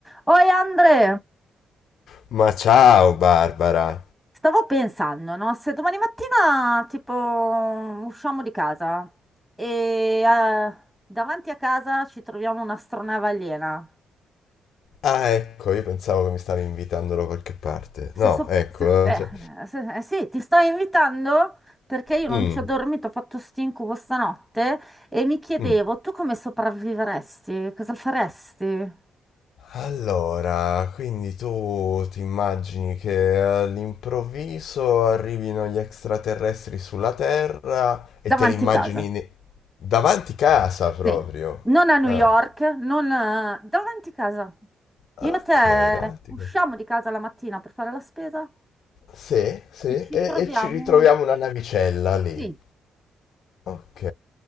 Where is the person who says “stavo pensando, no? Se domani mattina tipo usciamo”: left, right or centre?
Centre